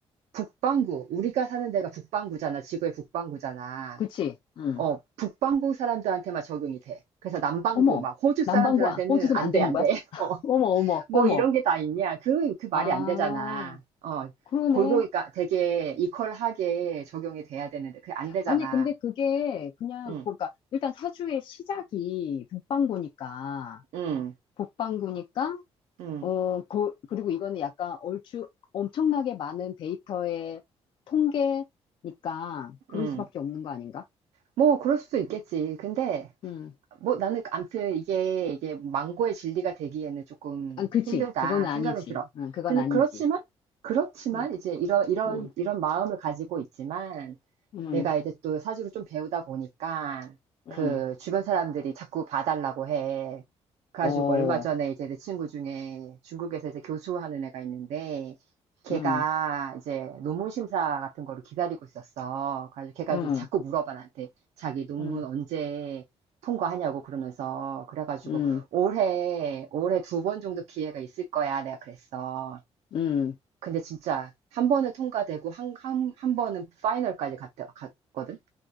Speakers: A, on the right; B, on the left.
A: 북반구, 우리가 사는 데가 북반구잖아. 지구의 북반구잖아.
B: 그치, 응.
A: 어, 북반구 사람들한테만 적용이 돼. 그래서 남반구,
B: 어머,
A: 막 호주
B: 남방구
A: 사람들한테는
B: 꽂으면
A: 안
B: 안
A: 돼,
B: 되는
A: 안
B: 거야?
A: 돼. <laughs>
B: <laughs>
A: 어,
B: 어머, 어머,
A: 뭐
B: 어머.
A: 이런 게 다 있냐. 그, 그 말이
B: 아,
A: 안 되잖아. 어,
B: 그러네.
A: 골고루, 까 되게 이퀄하게 적용이 돼야 되는데, 그게 안 되잖아.
B: 아니, 근데 그게 그냥,
A: 응,
B: 그러니까, 일단 사주의 시작이 북방구니까,
A: 응,
B: 북방구니까,
A: 응,
B: 어, 그, 그리고 이거는 약간 얼추 엄청나게 많은 데이터의 통계니까, 그럴
A: 응.
B: 수밖에 없는 거 아닌가?
A: 뭐, 그럴 수도 있겠지. 근데,
B: 음.
A: 뭐 나는 암튼 이게, 이게 망고의 진리가 되기에는 조금
B: 아, 그치.
A: 힘들다
B: 그거는 아니지.
A: 생각이 들어.
B: 응, 그건
A: 그,
B: 아니지.
A: 그렇지만, 그렇지만,
B: 응,
A: 이제 이런, 이런,
B: 응,
A: 이런 마음을 가지고 있지만,
B: 응,
A: 내가 이제 또 사주를 좀 배우다 보니까
B: 응,
A: 그 주변 사람들이 자꾸 봐달라고 해. 그래가지고
B: 어,
A: 얼마 전에 이제 내 친구 중에 중국에서 이제 교수하는 애가 있는데 걔가
B: 응,
A: 이제 논문 심사 같은 거를 기다리고 있었어. 그래가지고 걔가
B: 응,
A: 이제 자꾸 물어봐 나한테 자기 논문
B: 응,
A: 언제 통과하냐고 그러면서 그래가지고
B: 응,
A: 올해 올해 두 번 정도 기회가 있을 거야 내가 그랬어.
B: 응.
A: 근데 진짜 한 번은 통과되고 한, 한, 한 번은 파이널까지 갔, 갔거든.